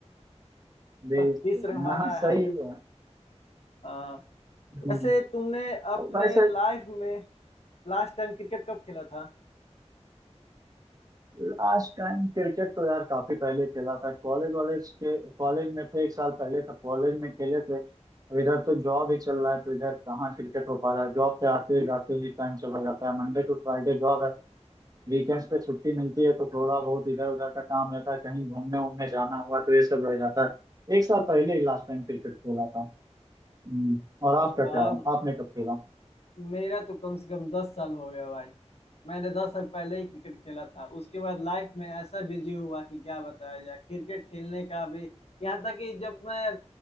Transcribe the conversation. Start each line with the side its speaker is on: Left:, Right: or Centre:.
Right: बीस
Left: बस बीस रन
Right: हाँ
Left: मारना है
Right: सही
Left: हाईएस्ट
Right: है
Left: हाँ
Right: हम्म,
Left: वैसे तुमने अपने
Right: और वैसे
Left: लाइफ में लास्ट टाइम क्रिकेट कब खेला था
Right: लास्ट टाइम क्रिकेट तो यार काफी पहले खेला था कॉलेज वॉलेज के कॉलेज में थे एक साल पहले तक कॉलेज में खेले थे अब इधर तो जॉब ही चल रहा है तो इधर कहाँ क्रिकेट हो पा रहा है जॉब पे आते जाते ही टाइम चला जाता है मंडे टू फ्राइडे जॉब है वीकेंड्स पे छुट्टी मिलती है तो थोड़ा बहुत इधर उधर का काम रहता है कहीं घूमने उमने जाना हुआ तो ये सब रह जाता है एक साल पहले ही लास्ट टाइम क्रिकेट खेला था हम्म,
Left: अच्छा,
Right: और आपका
Left: वाह
Right: क्या आपने कब खेला
Left: मेरा तो कम से कम दस साल हो गया भाई मैंने दस साल पहले ही क्रिकेट खेला था उसके बाद लाइफ में ऐसा बिजी हुआ कि क्या बताया जाए क्रिकेट खेलने का भी यहाँ तक कि जब मैं